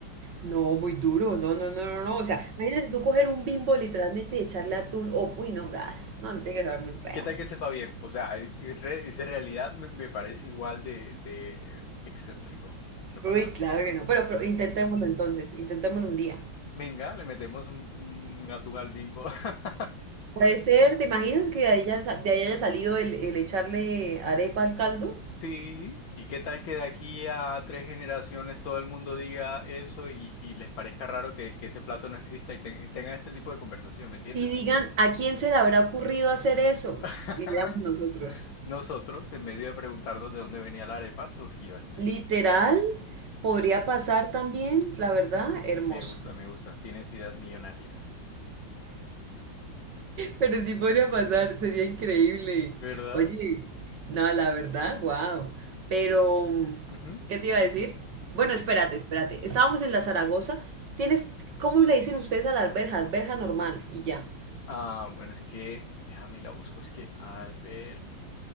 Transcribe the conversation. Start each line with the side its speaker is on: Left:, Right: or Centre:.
Right: No, muy duro, no, no, no, no, no. O sea, imagínate tú coger un bimbo literalmente y echarle atún o, uy, no, gas. No, eso tiene que saber muy feo.
Left: ¿Qué tal que sepa bien? O sea, es, es re- es en realidad me, me parece igual de, de excéntrico, es la palabra.
Right: Uy, claro que no. Pero, pero intentémoslo entonces, intentémoslo un día.
Left: Venga, le metemos un, un atún al Bimbo. <laughs>
Right: Puede ser, ¿te imaginas que de ahí, ya sa- de ahí haya salido el, el echarle arepa al caldo?
Left: Sí, ¿y qué tal que de aquí a tres generaciones todo el mundo diga eso y, y les parezca raro que, que ese plato no exista y, ten- y tengan este tipo de conversación, ¿me entiendes?
Right: Y digan, ¿a quién se le habrá ocurrido hacer eso?
Left: <laughs>
Right: Y éramos nosotros.
Left: Nosotros, en medio de preguntarnos de dónde venía la arepa, surgió este.
Right: Literal, podría pasar también, la verdad, hermoso.
Left: Me gusta, me gusta, tienes ideas millonarias.
Right: Pero sí podría pasar, sería increíble.
Left: ¿Verdad?
Right: Oye, no, la verdad, wow. Pero,
Left: Ujú.
Right: ¿qué te iba a decir? Bueno, espérate,
Left: Dime.
Right: espérate. Estábamos en la Zaragoza. Tienes, ¿cómo le dicen ustedes a la alberja? Alberja normal y ya.
Left: Ah, bueno, es que, déjame y la busco, es que al ver...